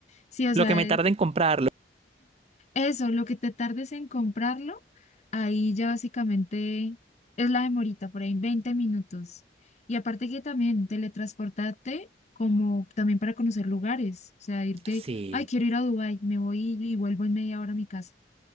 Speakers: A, on the left (about 40°); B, on the right (about 35°).
A: Sí, o sea,
B: Lo que me
A: es-
B: tarda en comprarlo.
A: eso, lo que te tardes en comprarlo, ahí ya básicamente es la demorita, por ahí 20 minutos. Y aparte que también teletransportarte como también para conocer lugares, o sea, irte,
B: Sí,
A: ay, quiero ir a Dubái, me voy y y vuelvo en media hora a mi casa.